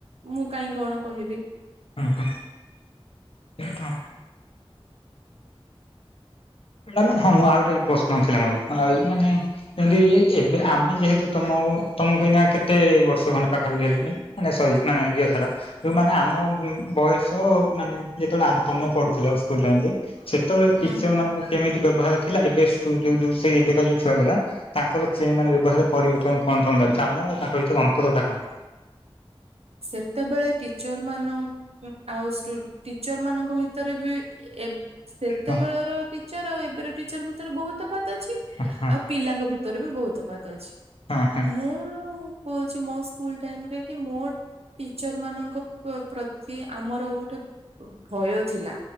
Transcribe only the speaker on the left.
ହୁଁ ହୁଁ। ଟେ ହଁ ମୁଁ ଆଉଟେ ବି ପ୍ରଶ୍ନ ଥିଲା ମୋର। ଆଉ ମାନେ ଯେନ୍ତି ଏବେ ଆମେ ଯେହେତୁ ତମ ତମକୁ ଇନା କେତେ ବର୍ଷ ଖଣ୍ଡେ ପାଖାପଖି ହେଲାଣି। ମାନେ ସରି ମାନେ ଝିଅ ସାର। ଯୋଉ ମାନେ ଆମ ବୟସ ମାନେ ଯେତେବେଳେ ତମେ ପଢୁଥିଲ ସ୍କୁଲ ଟାଇମ୍ ରେ। ସେତେବେଳେ ଟିଚର
ମାନ କେମିତି ବ୍ୟବହାର ଥିଲା। ଏବେ ଯୋଉ ଯୋଉ ସେ ଏବେକା ଯଉ ଛୁଆ ଗୁଡା ତାଙ୍କର ଚେ ମାନେ ବ୍ୟବହାରରେ ପରିବର୍ତ୍ତନ କଣ ତମ ଲାଗୁଛି। ଆମ ଆଉ ତାଙ୍କ ଭିତରେ ଅନ୍ତର ଟା କଣ?
ହଁ
ହ ହଁ।
ହଁ ହଁ